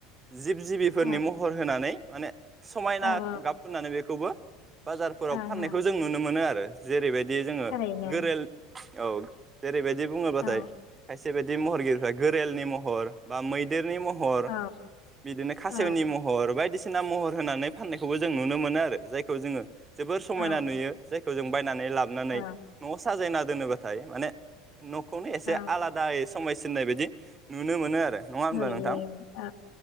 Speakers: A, on the right; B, on the left.
A: जिब-जिबिफोरनि
B: औ
A: महर होनानै माने समायना
B: ओं
A: गाब फुनानै बेखौबो बाजारफोराव
B: ओं
A: फाननायखौ जों नुनो मोनो आरो जेरैबायदि दि जोङो
B: थारैनो
A: गोरेल औ ओरैबायदि बुङोबाथाय
B: औ
A: खायसे बायदि महरगिरिफ्रा गोरेल नि महर बा मैदेरनि महर
B: औ
A: महर बिदिनो खासेवनि
B: औ
A: महर बायदिसिना बायदिसिना महर होनानै फाननायखौबो जों नुनो मोनो आरो जायखौ जोङो जोबोर समायना
B: औ
A: नुयो जाय खौ जों बाय नानै लाफानानै
B: औ
A: न'आव साजायना दोनोबाथाय माने न'खौनो एसे
B: औ
A: आलादायै समायसि सिनाय बायदि नुनो मोनो आरो नङा होमब्ला
B: नुयो
A: नोंथां
B: औ